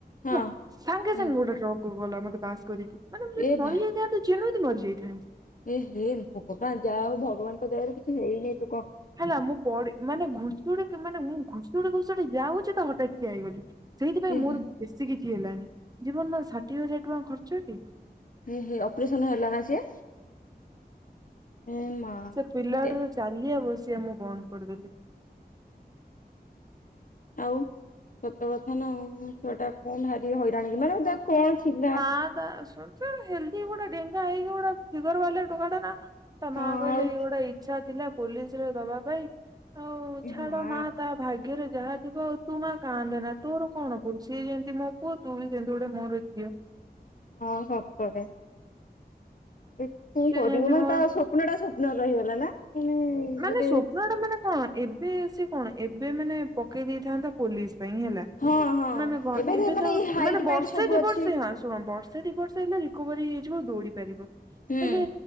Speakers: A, on the left; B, on the right.
A: ହଁ
B: ହେଲା ସାଙ୍ଗେ
A: ହୁଁ
B: ସାଙ୍ଗେ ଗୋଟେ ଟ୍ରକ୍ କୁ ଗଲା ମତେ ପାସ୍ କରିକି ମାନେ ମୁ ଯଦି
A: ଏ
B: ମରିଯାଇଥାନ୍ତି
A: ଭା
B: ଯେଣିତି ମରିଯାଇଥାନ୍ତି।
A: ଏ ହେ ଭଗବାନ ଯାହା ହଉ ଭଗବାନଙ୍କ ଦୟାରୁ କିଛି ହେଇନି ତୁ କହ
B: ହେଲା ମୁଁ ପଡି ମାନେ ଘୁଷଡିକି ମାନେ ମୁଁ ଘୁଷୁଡି ଘୁଷୁଡି ଯାଉଛି ତ ହଠାତ୍ ଠିଆ ହେଇଗଲି ସେଇଥିପାଇଁ
A: ଏ
B: ମୋର ବେଶୀ କିଛି ହେଲାନି ଜୀବନର ଷାଠିଏ ହଜାର ଟଙ୍କା ଖର୍ଚ୍ଚ ତି
A: ଏହେ ଅପରେସନ ହେଲା ନା ସିଏ ଏ ମା
B: ପିଲାଟି
A: ଏ
B: ର ଚାଲିବା ବସିବା ମୁଁ ବନ୍ଦ କରିଦେଲି
A: ଆଉ ସତ କଥା ନା ଆଉ ଛୁଆ ଟା କଣ ଭାରି ହଇରାଣ କି ମାନେ ତା କଣ ଥିଲା
B: ଆ ତା ସୁନ ସିଏ ଗୋଟେ ହେଲଦି ଗୋଟେ ଡେଙ୍ଗା ହେଇକି ଗୋଟେ ଫିଗର ବାଲା ଟୋକାଟା ନା ତା
A: ହଁ
B: ମା କହିଲେ
A: ଆଉ
B: ଇଏ ଗୋଟେ ଏଇ ଇଛା ଥିଲା ପୋଲିସରେ ଦବା ପାଇଁ ଆଉ
A: ଏ
B: ଛାଡ
A: ମା
B: ନା ତା ଭା ଗ୍ୟରେ ଯାହା ଥିବ ତୁ ମା କାନ୍ଦେନା ତୋର କଣ ଭୁଲ ସିଏ ଯେମିତି ମୋ ପୁଅ ତୁ ବି ସେମିତି ଗୋଟେ ମୋର ଝିଅ।
A: ହଁ ସତରେ। ଏ କଣ
B: ସିଏ
A: କରିବୁ
B: ଯେମିତି
A: ମା
B: ମୋର
A: ତା ସ୍ଵପ୍ନଟା ସ୍ୱପ୍ନରେ ରହିଗଲା ନା। ମାନେ
B: ମାନେ
A: ଗୋଟେ
B: ସ୍ୱପ୍ନ ଟା ମାନେ କଣ ଏବେ ସେ କଣ ଏବେ ମାନେ ପକେଇ ଦେଇଥାନ୍ତା ପୋଲିସ୍ ପାଇଁ ହେଲା।
A: ହଁ ହଁ
B: ମାନେ କଣ ଏବେ ଯାଉ
A: ଏଇ ହାଇଟ୍
B: ମାନେ
A: ମାଇଟ୍
B: ବର୍ଷେ
A: ସବୁ
B: ଦି
A: ଅଛି
B: ବର୍ଷେ ହଁ ଶୁଣ ବର୍ଷେ ଦି ବର୍ଷ ହେଲେ ରିକୋଭରୀ ହେଇଯିବ ଦୌଡିପାରିବ
A: ହୁଁ
B: ହେଲେ